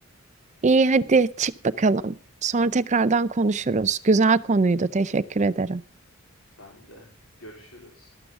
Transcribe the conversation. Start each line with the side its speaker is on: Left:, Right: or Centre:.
Right: İyi hadi çık bakalım. Sonra tekrardan konuşuruz. Güzel konuydu. Teşekkür ederim.
Left: Ben de. Görüşürüz.